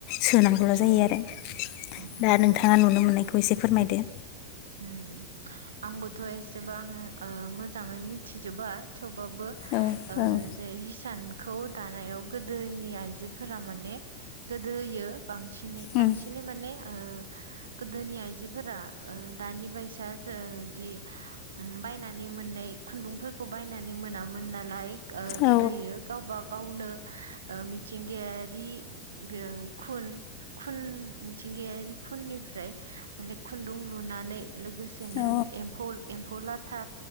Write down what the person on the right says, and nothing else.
उम
उम
उम उम
उम आंबोथ' एसेबां ओ मोजाङै मिथिजोबा। थेवबाबो
ओ
जे हिसान खौ दानायाव गोदोनि आइजोफोरा माने गोदोयो बांसिनै
बांसिनै माने ओ गोदोनि आइजोफोरा ओ दानि बायसा जोदि उम बायनानै मोननाय खुन्दुंफोरखौ बायनानै मोनामोन नालाय ओ गोदोयो
गावबा गावनो ओ मिथिंगायारि ओ खुन खुन मिथिंगायारि खुननिफ्राय माने खुन्दुं लुनानै लोगो बिदिनो
एम्फौ एम्फौ लाथा